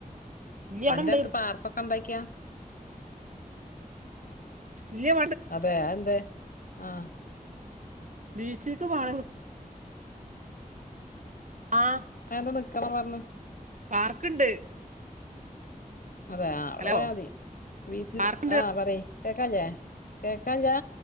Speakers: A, on the right (about 60°); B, on the left (about 70°).
A: ഇവിടെ
B: അന്റെഅടുത്ത്പ്
A: ഉണ്ട്
B: പാർക്കൊക്കെണ്ടാക്കിയാ
A: ഇല്ല്യ
B: അതെ അത് എന്തേയ് ആഹ്
A: ബീച്ചിക്ക് <unintelligible> ആഹ്
B: അഹ് എന്തനിക്കണ പറഞ്ഞു
A: പാർക്കുണ്ട്
B: അതെ അവിടെ
A: ഹലോ
B: പോയാതി ബീച്ച്
A: പാർക്കുണ്ട്
B: ആഹ് പറയ് കേക്കാല്ലേ കേക്കാല്ലാ